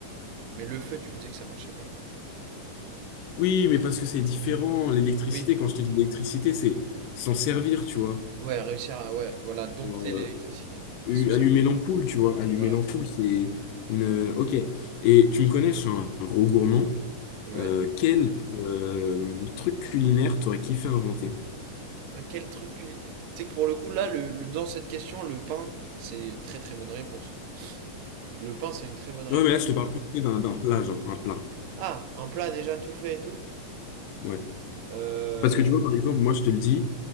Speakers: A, on the right; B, on the left.
A: Mais le feu, tu me disais que ça marchait pas.
B: Oui, mais parce que c'est différent. L'électricité,
A: Oui,
B: quand je te dis l'électricité, c'est s'en servir, tu vois.
A: ouais, réussir à, ouais, voilà, dompter
B: Genre,
A: l'électricité
B: euh, u-
A: et s'en servir.
B: allumer l'ampoule, tu vois. Allumer
A: Voilà,
B: l'ampoule, c'est une... euh, Ok. Et tu me connais, je suis un gros gourmand.
A: ouais.
B: Euh, quel euh, truc culinaire t'aurais kiffé inventer?
A: Ah, quel truc culi- Tu sais que pour le coup, là, le, le- dans cette question, le pain, c'est très très bonne réponse. Le pain, c'est une très bonne réponse.
B: Ouais, mais là, je te parle plus d'un d'un plat, genre un plat.
A: Ah, un plat déjà tout fait et tout?
B: Ouais.
A: Euh,
B: Parce que tu vois, par exemple, moi, je te le dis,